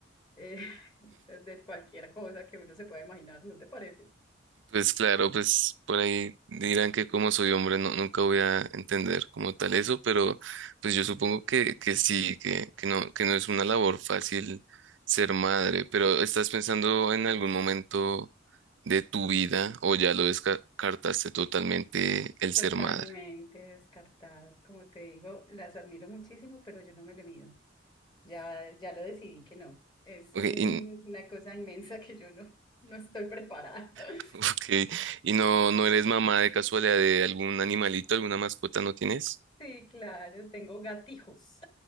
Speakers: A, on the left; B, on the right.
A: eh, <laughs> de cualquier cosa que uno se pueda imaginar, ¿no te parece?
B: Pues claro, pues por ahí dirán que como soy hombre no, nunca voy a entender como tal eso, pero pues yo supongo que, que sí, que, que no, que no es una labor fácil ser madre, pero ¿estás pensando en algún momento de tu vida o ya lo descartaste totalmente el
A: Totalmente
B: ser madre?
A: descartado. Como te digo, las admiro muchísimo, pero yo no me le mido. Ya, ya lo decidí que no. Es
B: Ok,
A: un-
B: y,
A: una cosa inmensa que yo no, no estoy preparada. <laughs>
B: <laughs> ok, y no, no eres mamá de casualidad de algún animalito, alguna mascota no tienes?
A: Sí, claro, tengo gatijos.